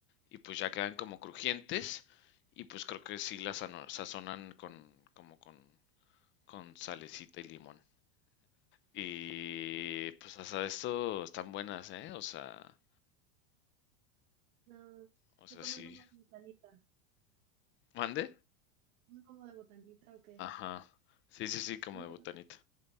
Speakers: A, on the left; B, on the right.
A: y pues ya quedan como crujientes y pues creo que sí las ano- sazonan con, como con con salecita y limón. Y pues hasta esto están buenas, ¿eh? O sea,
B: No,
A: o sea,
B: se comen
A: sí.
B: como de botanita.
A: ¿Mande?
B: ¿Comen como de botanita o qué?
A: Ajá. Sí, sí, sí, como
B: No,
A: de botanita.